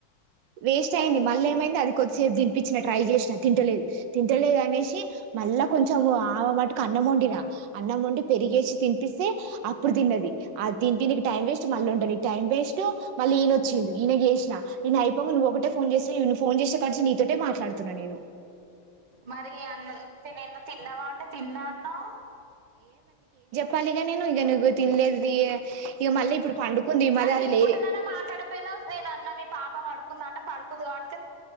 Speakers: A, on the right; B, on the right.
A: వేస్ట్ అయింది
B: అయ్యా
A: మళ్ళీ అది కొద్దిసేపు తినిపించిన ట్రై చేసిన తింటలేదు తింటలేదు అనేసి మళ్ళ కొంచెం ఆమె మటు అన్నమొండి నా అన్నమొండి పెరిగేసి తింట స్తే అప్పుడు తిన్నది ఆ తిని నీకు టైం వేస్ట్ మళ్ళీ ఉంటడు నీకు టైం వేస్ట్ మళ్ళీ ఈయన వచ్చిండు ఈయన చేేసిన నే అయిపోంగ నువ్ ఒకటే ఫోన్ చేిన నిఫ ఫోన్ చేస్తే కడిచ నీతోటే మాట్లాడుతున్నాను నేను
B: మరి అన్నం తిన్నావా అంటే తిన్నా అన్నావ్
A: పలిగా నేను ఇక నువ్వు తినలేదు ఇక మళ్ళీ ఇప్పుడు పండుకుంది మది
B: మరి
A: అది
B: తినుకుంటున్నానా
A: లే
B: మాట్లాడపోను నేను అన్న మీ పాప పడుకుందా అంట పడుకు కుగాట్